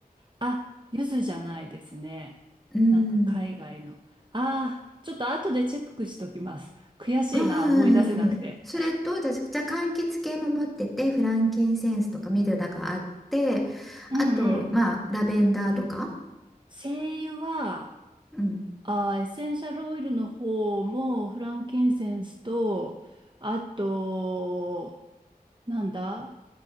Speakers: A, on the right; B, in the centre.
A: あ、柚子じゃないですね。
B: うん。
A: なんか海外の。あー、ちょっと後でチェックしときます。悔しいな、
B: うんうんうんうん。
A: 思い出せなくて。
B: それと、じゃあ、じゃあ柑橘系も持ってて、フランキンセンスとかミルラがあって、
A: うんうん。
B: あと、まあ、ラベンダーとか。
A: せ精油は、
B: うん。
A: あー、エッセンシャルオイルの方もフランキンセンスと、あと、なんだ、